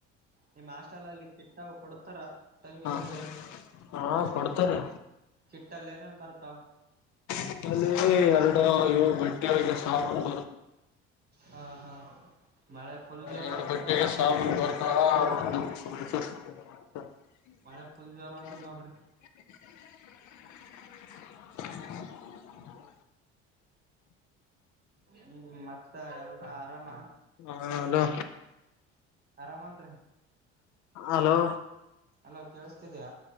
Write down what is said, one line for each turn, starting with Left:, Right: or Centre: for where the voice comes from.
Right: ನಿಮ್ ಹಾಸ್ಟೆಲಲ್ಲಿ ಕಿಟ್ಟ ಕೊಡ್ತಾರ ಟೈಮಿಗ್
Left: ಹಾ
Right: ಸರ್ಯಾಗಿ.
Left: ಹಾ ಕೊಡ್ತಾರೆ
Right: ಕಿಟ್ಟಲ್ ಎನೇನ್ ಬರ್ತ
Left: ಕಿಟ್ಟಲ್ಲಿ ಎರಡು ಇವ್ ಬಿಟ್ಟಿ <unintelligible>
Right: ಹಾ ಹಾ ಮಳೆ ಫುಲ್ ಜೋರ್
Left: ಎರಡು
Right: ಹೊಂಟದ್
Left: ಬಟ್ಟೆಗೆ
Right: ನೋಡ್ರಿ
Left: ಸಾಬುನ್ ಕೊಡ್ತಾರ. <inaudible>
Right: ಮಳೆ ಫುಲ್ ಜೋರ್ ಹೊಂಟದ್ ನೋಡ್ರಿ
Left: <inaudible>
Right: ಹ್ಮ್ ಮತ್ತ ಎಲ್ಲ ಆರಾಮ.
Left: ಹಾ ಹಲೋ
Right: ಆರಾಮಲ್ರಿ
Left: ಹಲೋ
Right: ಹಲೋ ಕೇಳಿಸ್ತಿದಿಯ.